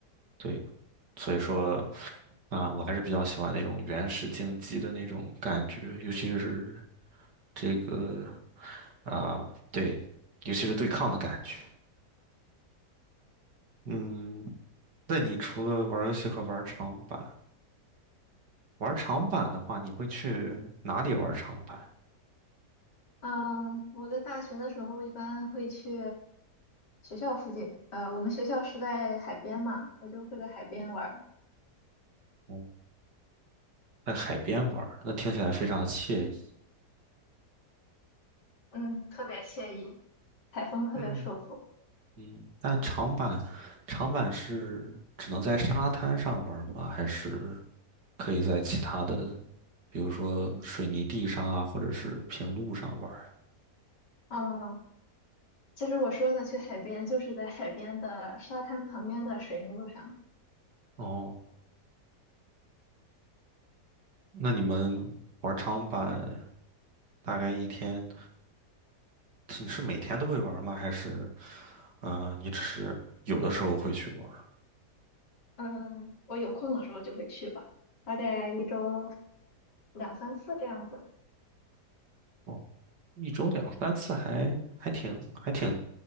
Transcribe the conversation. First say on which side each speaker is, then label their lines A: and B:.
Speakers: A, on the right (about 85°); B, on the left (about 80°).
A: 对，所以说啊，我还是比较喜欢那种原始竞技的那种感觉，尤其是这个啊，对，尤其是对抗的感觉。嗯，那你除了玩游戏和玩长板，玩长板的话，你会去哪里玩长板？
B: 嗯，我在大学的时候一般会去学校附近，呃，我们学校是在海边嘛，我就会在海边玩儿，
A: 嗯在海边玩儿那听起来非常的惬意。
B: 嗯，特别惬意，海风特别舒服。
A: 嗯，嗯，但长板，长板是只能在沙滩上玩儿吗？还是可以在其他的，比如说水泥地上啊，或者是平路上玩儿啊？
B: 嗯，其实我说的去海边，就是在海边的沙滩旁边的水泥路上。
A: 哦，那你们玩长板大概一天，是你是每天都会玩吗？还是，啊、你只是有的时候会去玩儿
B: 嗯，我有空的时候就会去吧，大概一周两三次这样子。
A: 哦，一周两三次还还挺还挺